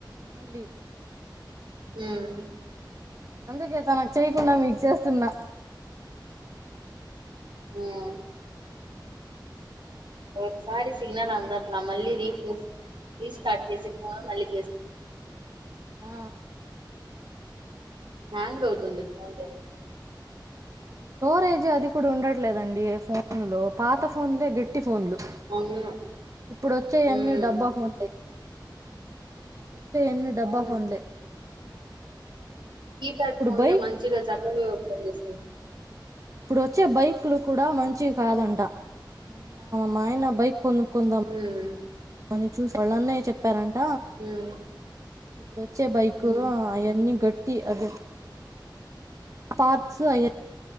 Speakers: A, on the right; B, on the right.
A: మళ్ళీ
B: ఉమ్
A: అందుకే తనకు చేయకుండా మీక్ చేస్తున్నా
B: మ్ ఒకసారి సిగ్నల్ అందట్లా మళ్ళీ రీఫ్రష్ రీస్టార్ట్ చేసి ఫోన్ మళ్ళీ చేస్తు
A: ఆ
B: హ్యాంగ్ అవుతుంది పోన్
A: స్టోరేజ్ అది కూడా ఉండట్లేదండి ఫోన్ లో పాత ఫోన్లే గట్టి ఫోన్లు
B: అవును
A: ఇప్పుడోచ్చేయన్నీ
B: ఉమ్
A: డబ్బఫోన్లే ఇప్పుడు వచ్చేఅన్నీ డబ్బా
B: అవును
A: ఫోన్లే
B: కీప్యాడ్
A: ఇప్పుడు
B: ఫోన్లే
A: బైక్
B: మంచిగా చక్కగా పని చేస్తయి
A: ఇప్పుడు వచ్చే బైక్లు కూడా మంచివి కాదంట మొన్న మా ఆయన బైక్ కొనుకొ కొందాం
B: ఉమ్
A: అని చూసి వాళ్ళ అన్నయ్య చెప్పారంట
B: ఉమ్
A: ఇప్పుడు వచ్చే బైక్
B: హ్మ్
A: అయన్నీ గట్టి అదే పార్ట్స్ అయ్యి